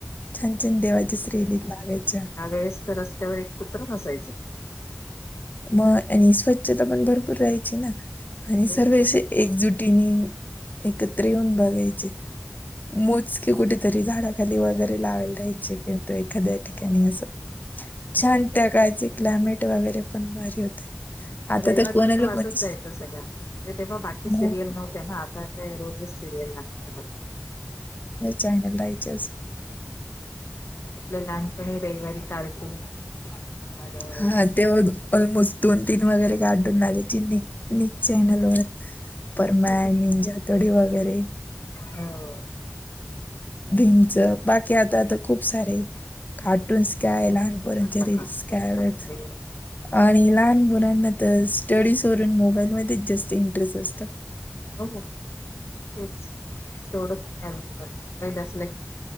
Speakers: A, on the left; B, on the left.
A: छान छान देवाच्या सिरियली त लागायच्या.
B: त्यावेेळेस रस्त्यावर एक कुत्र नसायचं.
A: म आणि स्वच्छता पण भरपूर राहायची ना. आणि
B: हो
A: सर्व असे एकजुटीने एकत्र येऊन बघायचे. मोजके कुठेतरी झाडाखाली वगैरे लावायल राहायचे कि एखाद्या
B: हो
A: ठिकाणी असं छान त्या काळचे क्लायमेट वगैरे पण भारी होते. आता
B: रविवार
A: कोणाला
B: तर तो
A: कोणती
B: असच जसा का सगळ्या तेव्हा बाकी सिरियल
A: हो
B: नव्ह त्यांना आता ते रोजच सिरियल लागतात.
A: चायनल लाईचस.
B: आपल्या लहानपणी रविवारी कार्टून महाभारत
A: हा ते आ ऑलमोस्ट दोन तीन वगैरे कार्टून लागायची चिननी निक चॅनलवरर परमॅन
B: तेच
A: निजा तोडी व वगैरे. मी
B: हव.
A: भीमचं बाकी आता आता खूप सारे कार्टून्स काय लहान पोऱ्यांच्या
B: आता
A: रील्स काय
B: बापरे
A: आणि लहान मुलांना तर स्टडीज वून मोबाईलमध्येच जास्त इंटरेस्ट असतं.
B: हो हो तेवढच <unintelligible> जास्त नाही.